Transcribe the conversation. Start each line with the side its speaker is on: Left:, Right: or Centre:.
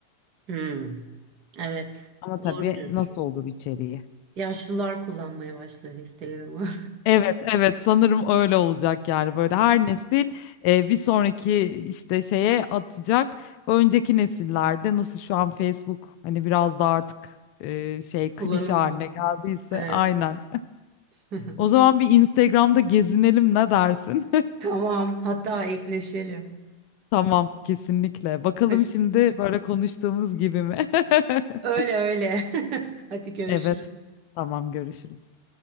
Right: Hmm, evet.
Left: Ama tabii
Right: Doğru diyorsun.
Left: nasıl olur içeriği?
Right: Yaşlılar kullanmaya başlar Instagram'ı.
Left: Evet, evet sanırım öyle olacak yani böyle her nesil e, bir sonraki işte şeye atacak. Önceki nesillerde nasıl şu an Facebook hani biraz da artık e, şey
Right: <laughs>
Left: klişe
Right: Kullanılmıyor.
Left: haline geldiyse
Right: Evet.
Left: aynen.
Right: <laughs>
Left: O zaman bir Instagram'da gezinelim ne dersin?
Right: Tamam. Hatta ekleşelim.
Left: <laughs> Tamam, kesinlikle. Bakalım
Right: <laughs>
Left: şimdi böyle konuştuğumuz gibi mi? <laughs>
Right: Öyle öyle. <laughs> Hadi görüşürüz.
Left: Evet. Tamam, görüşürüz.